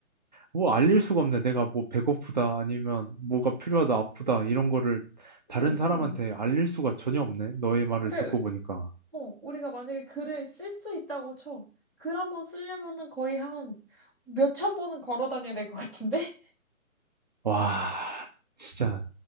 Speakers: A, on the right (about 35°); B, in the centre.
A: 뭐 알릴 수가 없네. 내가 뭐 배고프다 아니면 뭐가 필요하다 아프다 이런 거를 다른
B: 응,
A: 사람한테
B: 응.
A: 알릴 수가 전혀 없네. 너의 말을
B: 그래.
A: 듣고 보니까.
B: 어, 우리가 만약에 글을 쓸 수 있다고 쳐. 글 한 번 쓰려면은 거의 한 몇 천 번은 걸어 다녀야 될 것 같은데?
A: 와, 진짜